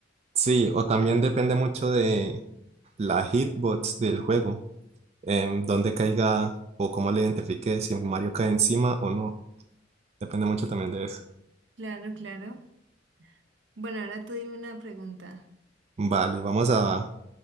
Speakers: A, on the right; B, on the right.
A: Sí, o también depende mucho de la hitbox del juego. em, dónde caiga o cómo le identifique si Mario cae encima o no. Depende mucho también de eso.
B: Claro, claro. Bueno, ahora tú dime una pregunta.
A: Vale, vamos a